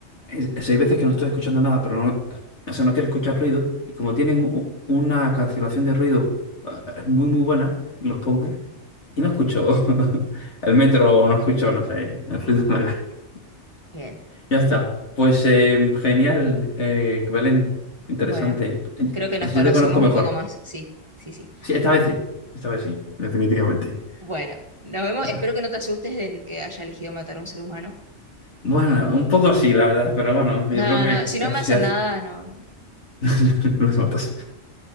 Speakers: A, on the left (about 60°); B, on the right (about 25°).
A: es- es- hay veces que no estoy escuchando nada, pero no, o sea, no quiero escuchar ruido. Y como tienen u- una cancelación de ruido eh, muy, muy buena, los pongo y no escucho <laughs> el metro o no escucho, no sé, el ruido de la calle.
B: Bien.
A: Ya está.
B: Está-
A: Pues eh, genial, eh, Belén. Interesante.
B: Bueno,
A: Eh,
B: creo que nos conocimos
A: Ya te conozco mejor.
B: un poco más, sí, sí, sí.
A: Sí, esta vez sí. Esta vez sí, definitivamente.
B: Bueno, nos vemos.
A: Bueno.
B: Espero que no te asustes de que haya elegido matar a un ser humano.
A: Bueno, un poco sí, la verdad, pero bueno,
B: No,
A: yo creo que,
B: no, si
A: que
B: no
A: la
B: me
A: sociedad
B: hacen nada, no.
A: <laughs> nos matas.